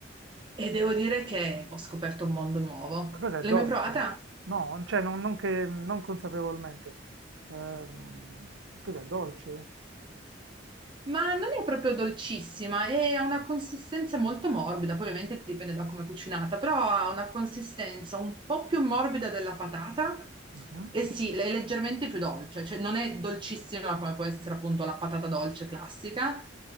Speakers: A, on the right (about 25°); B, on the right (about 80°).
A: E devo dire che ho scoperto un mondo nuovo.
B: Ma cos'è,
A: L'hai
B: dolce?
A: mai provata?
B: No, cioè non, non che, non consapevolmente. Ehm, cos'è, dolce?
A: Ma non è proprio dolcissima e ha una consistenza molto morbida, poi ovviamente dipende da come è cucinata, però ha una consistenza un po' più morbida della patata
B: Mh-mh.
A: e sì, è leggermente più dolce, cioè non è dolcissima come può essere appunto la patata dolce classica,